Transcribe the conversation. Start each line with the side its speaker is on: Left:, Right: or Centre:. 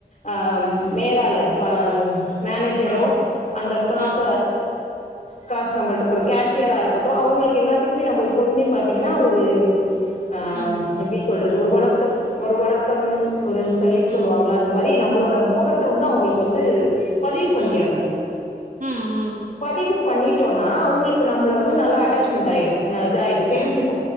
Left: அ மேலாளர் வ மேனேஜரோ
Right: ஆ,
Left: அந்த காச
Right: ம்,
Left: காசு நம்மள்ட்ட கூட கேஷியரா இருக்கட்டும் அவங்களுக்கு எல்லாத்துக்குமே நம்ம இப்போதுமே பாத்தீங்கன்னா ஒரு ஆ
Right: ம்,
Left: எப்டி சொல்றது ஒரு வணக்க ஒரு வணக்கம் ஒரு சல்யூட்
Right: ம்,
Left: சொல்லுவாங்களா அந்த மாதிரி.. <unintelligible> நம்மளோட முகத்த வந்து அவங்களுக்கு வந்து பதிவு பண்ணியறணு
Right: ம், ம், ம், ம்,
Left: பதிவு பண்ணிட்டோன்னா அவுங்களுக்கு.. க்கு நம்மள
Right: ம்,
Left: வந்து நல்ல அட்டாச்மெண்ட்டாயிடும் <unintelligible> அதாயிட்டு
Right: ம்,
Left: தெரிஞ்சுக்கோ